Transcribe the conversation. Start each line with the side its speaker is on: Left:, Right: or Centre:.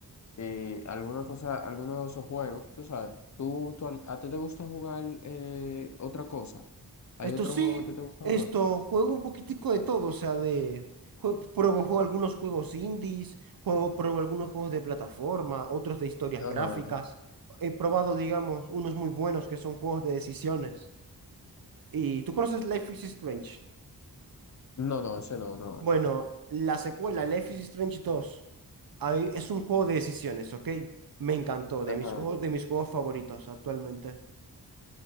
Left: eh, alguna cosa, alguno de esos juegos, tú sabes, tú, tú al- a ti te gusta jugar eh, otra cosa. ¿Hay
Right: Esto
Left: otro
Right: sí,
Left: juego que a ti te gusta
Right: esto,
Left: jugar?
Right: juego un poquitico de todo. O sea, de. jue- Pruebo, juego algunos juegos indies, juego, pruebo algunos juegos de plataforma, otros de historias
Left: Ajá.
Right: gráficas. He probado, digamos, unos muy buenos que son juegos de decisiones. ¿Y tú conoces Life is Strange?
Left: No, no, ese no, no.
Right: Bueno, la secuela, Life is Strange 2, ahí es un juego de decisiones, ¿ok? Me encantó, de
Left: Ajá.
Right: mis juegos, de mis juegos favoritos actualmente.